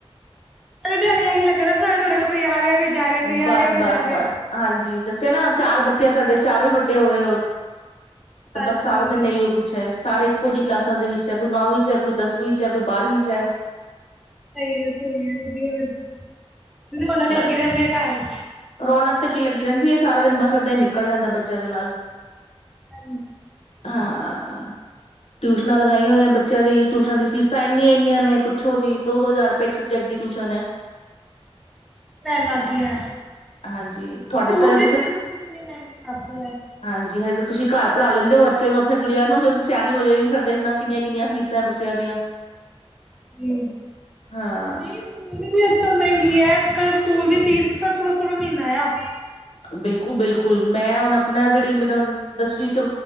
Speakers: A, in the centre; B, on the left.
A: ਦਿਹਾੜੀ ਇਹੀ ਲੱਗਾ ਰਹਿੰਦਾ ਤੁਹਾਡੇ ਕੋਲ ਕੋਈ ਆ ਰਿਹਾ ਕੋਈ ਜਾ ਰਿਹਾ ਕੋਈ
B: ਬਸ
A: ਆ ਰਿਹਾ ਕੋਈ
B: ਬਸ
A: ਜਾ ਰਿਹਾ
B: ਬਸ ਹਾਂਜੀ, ਦੱਸਿਆ ਨਾ ਚਾਰ ਬੱਚੇ ਆ ਸਾਡੇ ਚਾਰੋਂ ਈ ਵੱ ਡੇ ਹੋ ਗਏ ਹੁਣ ਤੇ
A: ਹਾਂਜੀ
B: ਬਸ ਸਾਰਾ ਦਿਨ ਇਹੀਓ ਕੁੱਛ ਐ ਸਾਰੇ ਕੁਝ ਕਲਾਸਾਂ ਦੇ ਵਿੱਚ ਐ ਕੋਈ ਨੌਵੀਂ ਚ ਕੋਈ ਦਸਵੀਂ ਚ ਐ ਕੋਈ ਬਾਰਵੀਂ ਚ ਐ।
A: ਸਹੀ ਏ ਸਹੀ ਵਧੀਆ ਫਿਰ ਰੋਣਕ
B: ਬਸ
A: ਲੱਗੀ ਰਹਿੰਦੀ ਐ ਘਰ।
B: ਰੌਣਕ ਤੇ ਕੀ ਲੱਗੀ ਰਹਿੰਦੀ ਐ ਸਾਰਾ ਦਿਨ ਬਸ ਇੱਦਾਂ ਈਂ ਨਿਕਲ ਜਾਂਦਾ ਬੱਚਿਆਂ ਦੇ ਨਾਲ
A: ਹਂ
B: ਹਾਂ ਟਿਊਸ਼ਨਾਂ ਲਗਾਈਆਂ ਹੋਈਆਂ ਬੱਚਿਆਂ ਦੀ ਟਿਊਸ਼ਨ ਦੀ ਫੀਸਾਂ ਇੰਨੀਆਂ-ਇੰਨੀਆਂ ਨੇ ਪ ਪੁੱਛੋ ਨੀਂ। ਦੋ-ਦੋ ਹਜ਼ਾਰ ਰਪਏ ਇੱਕ ਸਬਜੈਕਟ ਦੀ ਟਿਊਸ਼ਨ ਐ।
A: ਟਾਈਮ ਲੱਗ ਗਿਆ
B: ਹਾਂਜੀ ਤੁਹਾਡੇ
A: ਸਕੂਲ
B: ਤਾਂ ਹਜੇ, ਤੁਸੀਂ
A: ਦੀ ਫੀਸ ਵੀ ਇਤਨੀ ਮਹਿੰਗੀ ਕਰਤੀ ਹੈ
B: ਹਾਂਜੀ ਹਜੇ ਤਾਂ ਤੁਸੀਂ ਘਰ ਪੜ੍ਹਾ ਲੈਂਦੇ ਹੋ ਬੱਚੇ ਨੂੰ ਆਪਣੇ ਗੁੜੀਆਂ ਨੂੰ, ਜਦ ਸਿਆਣੀ ਹੋ ਜਾਏਗੀ ਫਿਰ ਦੇਖਣਾ ਕਿੰਨੀਆਂ-ਕਿੰਨੀਆਂ ਫੀਸਾਂ ਬੱਚਿਆਂ ਦੀਆਂ
A: ਹਂ,
B: ਹਾਂ
A: ਨਈਂ ਸਕੂਲ ਦੀ ਅੱਜ ਕੱਲ ਮਹਿੰਗੀ ਐ, ਅੱਜ-ਕੱਲ ਸਕੂਲ ਦੀ ਫੀਸ ਸੋਲਾਂ ਸੌ ਰੁਪ ਮਹੀਨਾ ਆਂ।
B: ਬਿਲਕੁਲ-ਬਿਲਕੁਲ ਮੈਂ ਹੁਣ ਆਪਣਾ ਜਿਹੜੀ ਮੇਰਾ ਦਸਵੀਂ ਚ